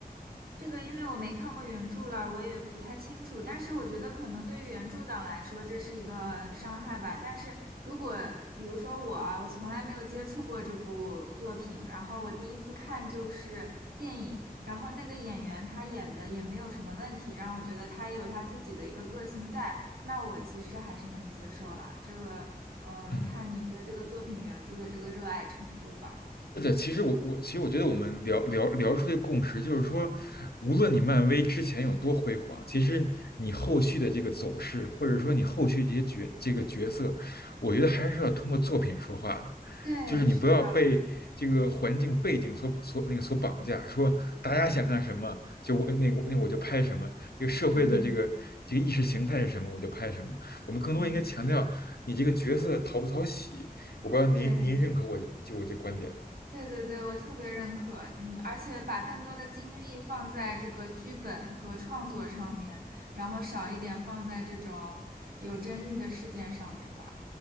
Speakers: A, on the right (about 70°); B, on the left (about 80°).
A: 这个因为我没看过原著了，我也不太清楚。但是我觉得可能对于原著党来说，这是一个伤害吧。但是如果比如说我啊，我从来没有接触过这部作品，然后我第一次看就是电影，然后那个演员他演的也没有什么问题，让我觉得他也有他自己的一个个性在，那我其实还是能接受啦。这个，嗯，
B: 嗯。
A: 看你对这个作品原著的这个热爱程度吧。
B: 是的，其实我我其实我觉得我们聊聊聊出这个共识，就是说，无论你漫威之前有多辉煌，其实你后续的这个走势，或者说你后续这些角这个角色，我觉得还是要通过作品说话的，
A: 对，
B: 就是你不要被这个环境背景所所那个所绑架，
A: 是的，
B: 说大家想干什么就我那个那我就拍什么，
A: 嗯
B: 这个社会的这个这个意识形态是什么我就拍什么，
A: 嗯。
B: 我们更多应该强调你这个角色讨不讨喜，
A: 嗯
B: 我不知道您您认可我就我这观点。
A: 对，对对对，我特别认可，嗯，而且把更多的精力放在这个剧本和创作上面，然后少一点放在这种有争议的事件上面吧。